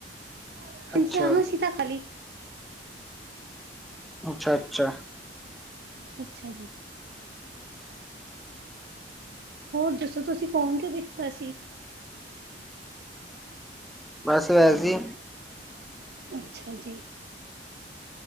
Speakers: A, on the right (about 60°); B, in the centre.
A: ਹਾਂਜੀ
B: ਅੱਛਾ
A: ਹਾਂ ਸੀਤਾ ਖਾਲੀ
B: ਅੱਛਾ ਅੱਛਾ
A: ਅੱਛਾ ਜੀ ਹੋਰ ਦੱਸੋ ਤੁਸੀਂ ਫੋਨ ਕਿਉਂ ਕੀਤਾ ਸੀ
B: ਬਸ ਵੈਸੀ
A: ਅੱਛਾ ਜੀ